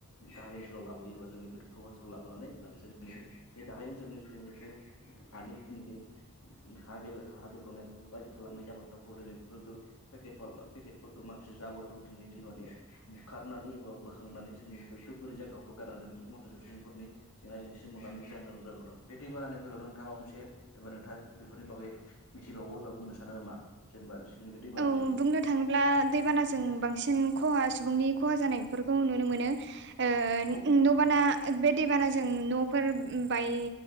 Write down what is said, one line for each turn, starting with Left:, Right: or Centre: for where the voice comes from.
Left: गाहाय ओनसोलाव लाबोयोबा जोंनि गोथौ ओनसोलाव लाबोनानै जोंनि बे गाहाय ओनसोलनि जिनिखि हानि जिखुनु बि हा गेब् गोेब्रनाय बेफोरखौ गाज्रि खालामै <unintelligible> दोनो बेफोरखो पेकेटफल पेकेटफोरखौ माखासे जाबरफोर दिनै दैबानि खारनानै एबा बोखांनानै जोंनि बेफोर बोरै जायगाफ्राव गारना दोनैनो माखासे सुबुंफोरनि जेंना जेंसि मोगा मोगि जानांगोन दं बे दै बानानि बेलायाव नोंथा माबा मोनसे एबा नोंथा बेफोरनि बागै मिथिबावगौ एबा बुंनो सानो नामा जेनेबा जिदुनिखि दैबानानि
Right: औ
Left: सायाव?
Right: बुंनो थाङोब्ला दैबानाजों बांसिन खहा सुबुंनि खहा जानायफोरखौ नुनो मोनो। ओ
Left: औ
Right: न' बाना बे दैबानाजों न'फोर बाय